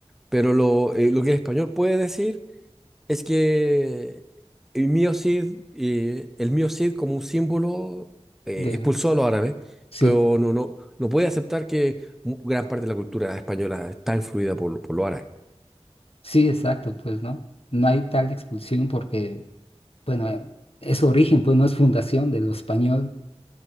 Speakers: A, in the centre; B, on the left.
A: pero lo, eh, lo que el español puede decir es que el mío Cid, eh, el mío Cid como un símbolo eh,
B: de...
A: expulsó a los árabes,
B: Sí,
A: pero no, no, no puede aceptar que mu- gran parte de la cultura española está influida por, por los árabes.
B: sí, exacto, pues no. No hay tal expulsión porque, bueno, es origen, pues no es fundación de lo español.